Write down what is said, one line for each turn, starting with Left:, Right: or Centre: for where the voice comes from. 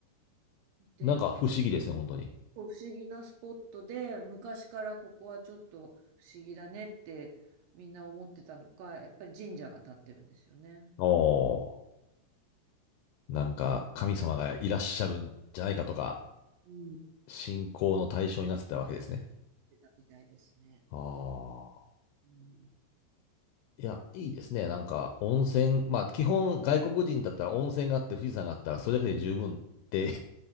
Right: ってやっ
Left: なんか不思議ですね、本当に。
Right: こう不思議なスポットで、昔からここはちょっと不思議だねってみんな思ってたのか、やっぱり神社が建ってるんですよね。
Left: ああ。なんか神様がいらっしゃるんじゃないかとか、
Right: うん、
Left: 信仰の対象になってたわけですね。
Right: 出たみたいですね。
Left: ああ。
Right: うん。
Left: いや、いいですね。なんか温泉、まあ基本外国人だったら温泉があって富士山があったらそれだけで十分って、